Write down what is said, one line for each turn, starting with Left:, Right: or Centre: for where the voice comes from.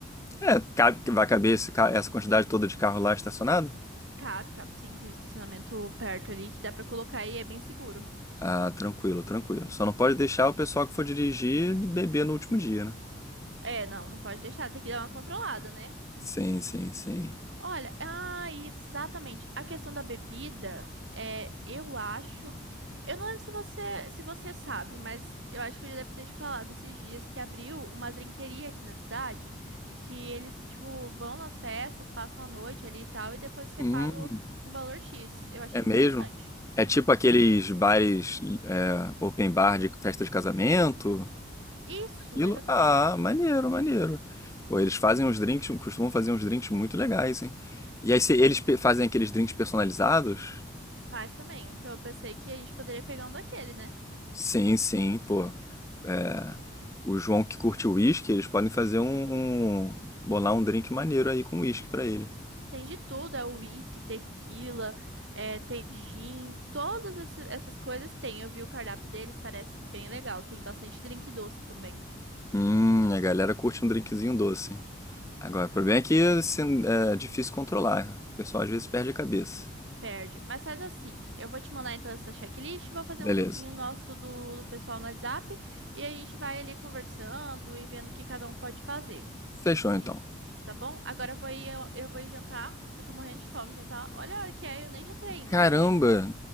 Left: É, cabe, vai caber esse ca- essa quantidade toda de carro lá estacionado?
Right: cabe, cabe sim, tem um estacionamento perto ali que dá pra colocar e é bem seguro.
Left: Ah, tranquilo, tranquilo. Só não pode deixar o pessoal que for dirigir beber no último dia, né?
Right: É, não, não pode deixar, tem que dar uma controlada, né?
Left: Sim, sim, sim.
Right: Olha, ah, exatamente. A questão da bebida, é, eu acho. Eu não lembro se você, se você sabe, mas eu acho que eu já deve ter te falado esses dias que abriu uma drinqueria aqui na cidade, que eles, tipo, vão nas festas, passam a noite ali e tal, e depois você
Left: Hum.
Right: paga um valor X. Eu achei
Left: É
Right: interessante.
Left: mesmo? É
Right: Uhum.
Left: tipo aqueles bares, é, open bar de festa de casamento?
Right: Isso,
Left: Aquilo?
Right: exatamente.
Left: Ah, maneiro, maneiro. Pô, eles fazem uns drinks, costumam fazer uns drinks muito legais, hein? E aí se eles pe- fazem aqueles drinks personalizados?
Right: Faz também. Então eu pensei que a gente poderia pegar um daquele, né?
Left: Sim, sim, pô. É. O João que curte uísque, eles podem fazer um, um- bolar um drink maneiro aí com uísque pra ele.
Right: Tem de tudo, é uísque, tequila, é, tem gin, todas esse- essas coisas tem. Eu vi o cardápio deles, parece bem legal. Tem bastante drink doce também.
Left: Hum, a galera curte um drinkzinho doce. Agora, o problema é que assim, é difícil controlar. né? O pessoal às vezes perde a cabeça.
Right: Perde. Mas faz assim, eu vou te mandar então essa checklist, vou fazer
Left: Beleza.
Right: um grupinho nosso do, do pessoal no WhatsApp e a gente vai ali conversando e vendo o que cada um pode fazer.
Left: Fechou então.
Right: E- tá bom? Agora eu vou ir, eu, eu vou ir jantar, que eu tô morrendo de fome, já tá. Olha a hora que é, eu nem jantei ainda,
Left: Caramba,
Right: acredita?